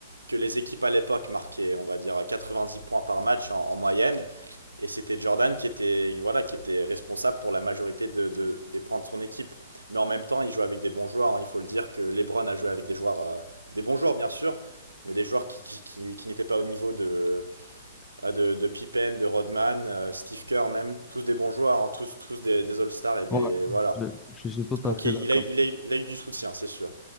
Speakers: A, on the right; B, on the left.
A: que les équipes à l'époque marquaient, on va dire, 90 points par match en, en moyenne. Et c'était Jordan qui était, voilà, qui était responsable pour la majorité de, de- des points de son équipe. Mais en même temps, il jouait avec des bons joueurs. hein. Il faut le dire que LeBron a joué avec des joueurs, euh, des bons joueurs bien sûr, mais des joueurs qui, qui, qui- qui n'étaient pas au niveau de, euh, de, de Pippen, de Rodman, euh, Steve Kerr même. Tous des bons joueurs, hein, tous, tous des, des All-Stars et des.
B: Ouais,
A: Voilà.
B: je, je suis tout à
A: Donc
B: fait
A: il
B: d'accord.
A: a, il a, il a eu du soutien, c'est sûr.